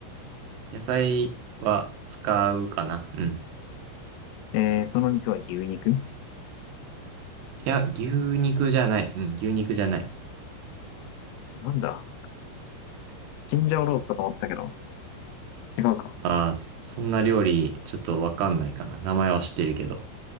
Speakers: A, on the right (about 65°); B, on the left (about 85°).
A: 野菜は使うかな。うん。
B: えー、その肉は牛肉
A: いや、牛肉じゃない。うん、牛肉じゃない。
B: なんだチンジャオロースかと思ってたけど。違うか。
A: ああ、そそんな料理、ちょっとわかんないかな。名前は知ってるけど。